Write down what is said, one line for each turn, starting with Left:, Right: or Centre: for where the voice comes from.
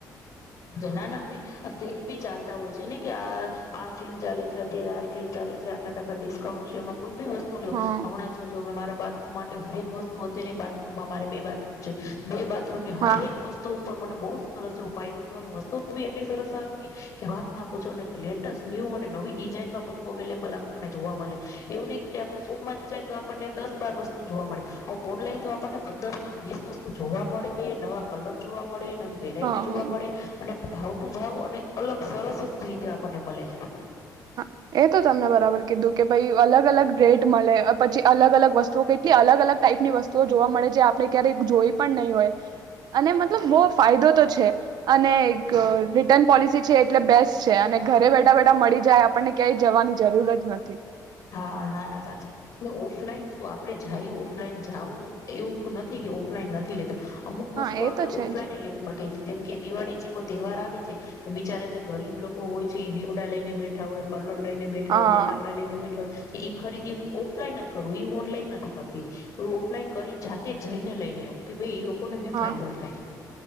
Left: જો ના ના અને સેલ ભી ચાલતા હોય છે ને કે આ આ સેલ ચાલે છે અત્યારે આ સેલ ચાલે છે આટલા ટકા ડિસ્કાઉન્ટ છે કોઈ ભી વસ્તુ લો
Right: હા
Left: હમણાં જે જો મારા બાથરૂમ માટે હરેક વસ્તુ અત્યારે બાથરૂમમાં મારે બે બાથરૂમ છે બે બા બાથરૂમમાં હરેક
Right: હા.
Left: વસ્તુ ઉપર મને બો સરસ એવો ફાયદો અને વસ્તુ ભી એટલી સરસ આવી કે વાત ના પૂછો અને લેટેસ્ટ ન્યુ અને નવી ડિઝાઇનમાં બધું અવેલેબલ આપણને જોવા મળે એવું નહિ કે આપ શોપમાં જાય તો આપણને દસ બાર વસ્તુ જોવા મળે ઓનલાઈન તો આપણને પંદર વીસ વસ્તુ જોવા મળે નવા કલર જોવા મ મળે નવી વેરાયટી
Right: હા
Left: જોવા મળે ભાવ ટુ ભાવ અને અલગ સરસ જ રીતે આપ વટે મલે છે.
Right: હા એ તો તમને બરાબર કીધું કે ભઈ અલગ-અલગ રેટ મલે પછી અલગ અલગ વસ્તુઓ કેટલી અલગ અલગ ટાઈપ ની વસ્તુઓ જોવા મળે જે આપણે ક્યારેક જોઈ પણ નહી હોય અને મતલબ બો ફાયદો તો છે. અને એક રિટર્ન પોલિસી છે એક એટલે બેસ્ટ છે અને ઘરે બેઠા બેઠા મળી ક્યાંય આપણને ક્યાંય જવાની જરૂર જ નથી.
Left: હા ના-ના સાચી ઓફલાઈન જો આપડે જાયું ઓફલાઈન જાવું એવું નથી કે ઓફલાઈન નથી લેતા અમુક વસ્તુ
Right: હા એ
Left: આપડે
Right: તો છે
Left: ઓફલાઈન
Right: જ
Left: એ લેવી પડે જેમ કે દિવાળી જેવા તહેવાર આવે છે તો બિચારા જે ગરીબ લોકો હોય છે એ દીવડા લઈને બેઠા હોય કલ લઈને બેઠા
Right: હા
Left: હોય ફટાકડા લઈને બેઠા ઈ ખરીદી હું ઓફલાઈન જ કરું ઈ હુ ઓનલાઈન નથી કરતી. ઓ ઓફલાઈન કરી જાતેજ જઈને લઈને આવું કે ભઈ ઈ લોક લોકોને બી
Right: હા
Left: ફાયદો થાય.